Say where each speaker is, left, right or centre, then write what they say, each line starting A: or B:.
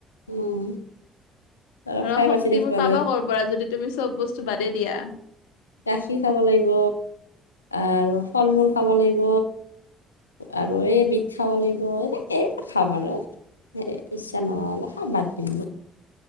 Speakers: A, on the left; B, on the left.
A: উম দৰৱ
B: ৰ
A: খাই
B: শক্তিবোৰ
A: বাচি থাকিব
B: পাবা
A: লাগে
B: কৰ' পৰা যদি তুমি চব বস্তু বাদে দিয়া।
A: গাখীৰ খাব লাগিব আৰু ফল মূল খাব লাগিব। আৰু এই বিধ খাব লাগিব এনেকে এইবিলাক খাম আৰু। এ, ইচ্ছা নহ'লে খা বাদ দিম।